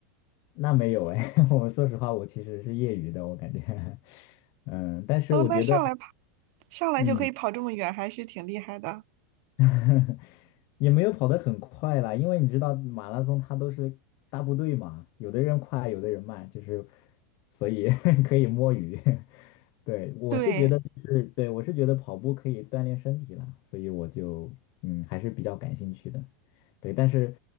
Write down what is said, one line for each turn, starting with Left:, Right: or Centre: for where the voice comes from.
Left: 那没有哎，<laughs> 我说实话，我其实是业余的，我感觉，<laughs> 嗯，但是我觉得，
Right: 哦，那上来跑，上来就可以跑这么远，
Left: 嗯，
Right: 还是挺厉害的。
Left: <laughs> 也没有跑得很快啦，因为你知道马拉松它都是大部队嘛，有的人快，有的人慢，就是所以 <laughs> 可以摸鱼。<laughs> 对，我是觉得就是对，
Right: 对，
Left: 我是觉得跑步可以锻炼身体啦，所以我就嗯还是比较感兴趣的。对，但是